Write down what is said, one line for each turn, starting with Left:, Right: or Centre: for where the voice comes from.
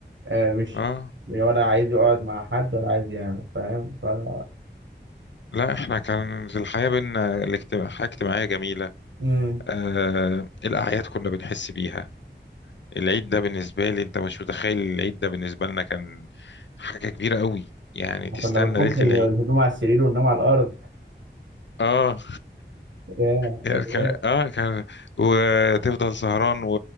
Right: آه، مش
Left: اه
Right: ولا عايز يقعد مع حد ولا عايز يعمل فاهم فهو
Left: لا احنا كانت الحياة بينا الاجتماع- حياة اجتماعية جميلة
Right: مم.
Left: آه الأعياد كنا بنحس بيها العيد ده بالنسبة لي انت مش متخيل العيد ده بالنسبة لنا كان حاجة كبيرة قوي يعني
Right: إحنا
Left: تستنى
Right: كنا بنحط
Left: ليلة
Right: ال-
Left: العيد
Right: الهدوم على السرير وننام على الأرض
Left: اه
Right: ياه
Left: يعني كان اه كان وتفضل سهران و-